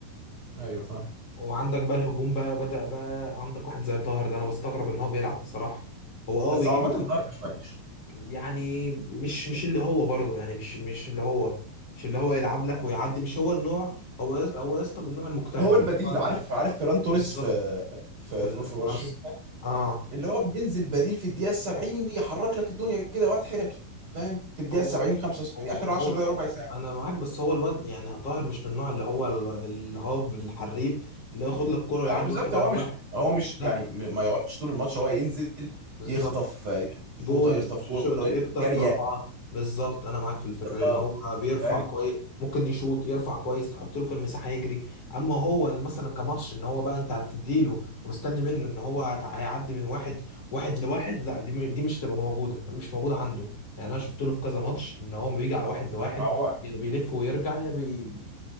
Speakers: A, on the right; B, on the left.
A: ايوه فاهم
B: وعندك بقى الهجوم بقى بدأ بقى عندك واحد زي طاهر ده انا بستغرب ان هو بيلعب بصراحة هو اه
A: بس
B: بيجيب
A: هو عامة طاهر مش وحش
B: يعني مش مش اللي هو برضه يعني مش مش اللي هو مش اللي هو يلعب لك ويعدي مش هو النوع هو يس هو يا اسطى من النوع المجتهد
A: هو البديل
B: اللي هو
A: عارف عارف فيران توريس
B: بالظبط
A: في في
B: في البارس
A: في, في برشلونة
B: اه
A: اللي هو بينزل بديل في الدقيقة 70 يحرك لك الدنيا كده وقت حركي فاهم في الدقيقة
B: هو
A: 70 75
B: هو
A: اخر 10
B: هو
A: دقايق ربع ساعة
B: انا معاك بس هو الواد يعني طاهر مش من النوع اللي هو ال- الهاف الحريف اللي هو ياخد لك كرة ويعدي
A: ايوه بالظبط
B: واحد
A: هو
B: على
A: مش
B: واحد
A: هو مش
B: لا
A: يعني م- ما يقعدش طول الماتش هو ينزل
B: بالظبط
A: يخطف آه، يخطف
B: جون
A: شوطه يخطف
B: ش-
A: كوره
B: ش-
A: يخطف
B: يخطف
A: كاريه
B: رفعه بالظبط انا معاك في الفكره دي
A: آه،
B: ان هو بيرفع
A: فاهم
B: كويس ممكن يشوط يرفع كويس تحط له في المساحه يجري اما هو اللي مثلا كماتش ان هو بقى انت هتديله ومستني منه ان هو هت- هيعدي من واحد واحد لواحد لا دي م- دي مش تبقى موجوده مش موجوده عنده يعني انا شفت له في كذا ماتش ان هو بيجي على واحد لواحد
A: ما هو
B: يا بيلف ويرجع يا بي